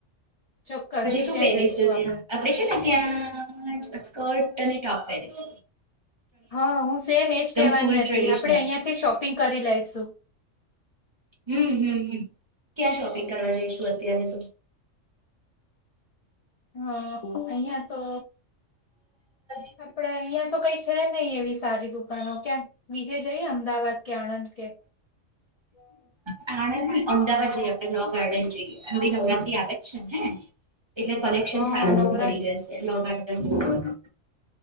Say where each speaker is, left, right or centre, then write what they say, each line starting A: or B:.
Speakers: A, on the left; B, on the right.
A: ચોક્કસ
B: પછી શું
A: ત્યાં
B: પહેરીશ
A: જઈશું
B: ત્યાં
A: આપડે
B: આપણેે છે ને ત્યાં સ્કર્ટ અને ટોપ પહેરીશ.
A: હા હું સેમ એજ કેહેવાની
B: ફૂલ ટ્રેડિશનલ
A: હતી. આપડણે અહિયાંથી શોપિંગ કરી લઈશુ
B: હમ ક્યાં શોપિંગ કરવા અત્યારે તો?
A: હા અહંયા તો
B: હ <inaudible>
A: આપડે અહિયાં તો કઈ છે નહી એવી સારી દુકહું દુકાનો ક્યાં બીજે જઈએ અમદાવાદ કે આણંદ કે?
B: હા આનંદ નહીં, અમદાવાદ જઈ આવીએ. લવ ગાર્ડન જોઈએી નવરાત્રી આવે જ છે ને એટલે કલેક્શન
A: હા
B: સારું
A: નવરાત
B: મળી રહેશે, નવરાત્રીમાં પહેરવાની.